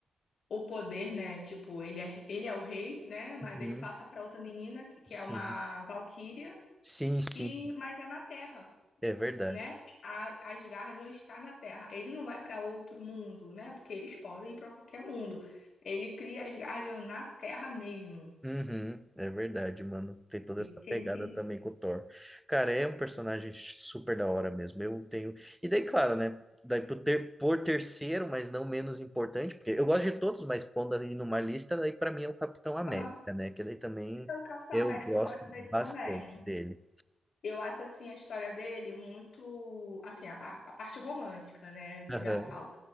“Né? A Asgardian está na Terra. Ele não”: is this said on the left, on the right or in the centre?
Left